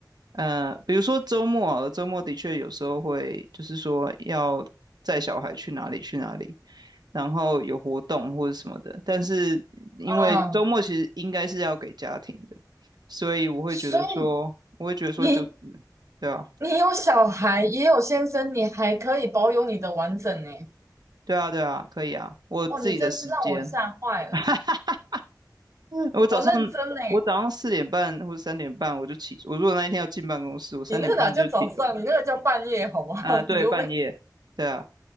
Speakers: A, on the right; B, on the right.
A: 呃，比如说周末好了周末的确有时候会，就是说要载小孩去哪里去哪里，然后有活动或者什么的。但是因为周末其实应该是要给家庭的，
B: 嗯，
A: 所以我会觉得说，
B: 所以
A: 我会觉得说就是，
B: 你
A: 对啊，
B: 你有小孩，也有先生，你还可以保有你的完整呢。
A: 对啊，对啊，可以啊，我有自己的时间。
B: 哦，你真是让我吓坏了。
A: <laughs> 我早上
B: 我认真呢，
A: 我早上四点半或者三点半我就起，我如果那一天要进办公室，我三点半就起床。
B: 你那个哪叫早上，你那个叫半夜，好不好？
A: 啊，
B: <laughs>
A: 对，
B: 你又被
A: 半夜，对啊，